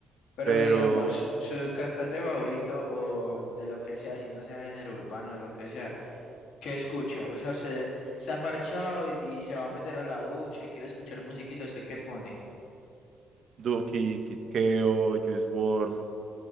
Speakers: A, on the left; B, on the right.
A: Pero
B: pero
A: digamos, su cantante favorito o de lo que sea, si no sea género urbano, de lo que sea, ¿qué escucha? O sea, usted se ha parchado y se va a meter a la ducha y quiere escuchar musiquita, ¿usted qué pone?
B: Duki, Kid Kid Keo, Juice WRLD,